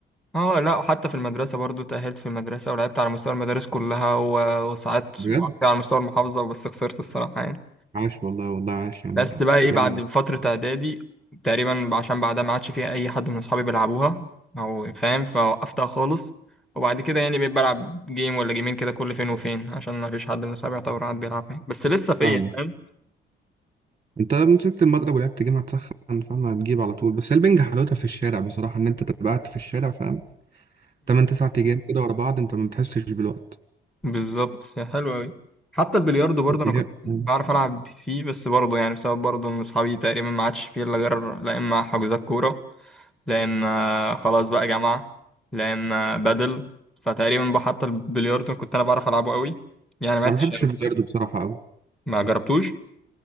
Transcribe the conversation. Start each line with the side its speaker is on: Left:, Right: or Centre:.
Centre: اه لا وحتى في المدرسه برضو تاهلت في المدرسه ولعبت على مستوى المدارس كلها و- وصعدت
Right: بجد
Centre: وبعد كده على مستوى المحافظه بس خسرت الصراحه يعني
Right: عاش والله والله عاش يعني
Centre: بس بقى ايه
Right: جامد
Centre: بعد فتره اعدادي تقريبا عشان بعدها ما عادش فيها اي حد من اصحابي بيلعبوها او فاهم فوقفتها خالص وبعد كده يعني بقيت بلعب جيم ولا جيمين كده كل فين وفين عشان ما فيش حد من اصحابي يعتبر قاعد بيلعب يعني. بس لسه فيا
Right: فاهمك
Centre: فاهم
Right: انت مسكت المضرب ولعبت جيم هتسخن فاهم هتجيب على طول بس هي البنج حلاوتها في الشارع بصراحه ان انت تبقى قاعد في الشارع فاهم 8 9 ايام كده ورا بعض انت ما بتحسش بالوقت
Centre: بالظبط حلو أوي حتى البلياردو برضه
Right: البلياردو
Centre: أنا كنت بعرف ألعب فيه بس برضه يعني بسبب برضه إن أصحابي تقريبا ما عادش فيه إلا غير لا إما حجوزات كورة لا إما خلاص بقى جامعة لا إما بدل فتقريبا بقى حتى البلياردو كنت أنا بعرف ألعبه أوي يعني ما
Right: ما
Centre: عدتش
Right: بحبش
Centre: أوي
Right: البلياردو
Centre: بصراحة.
Right: بصراحه قوي
Centre: ما جربتوش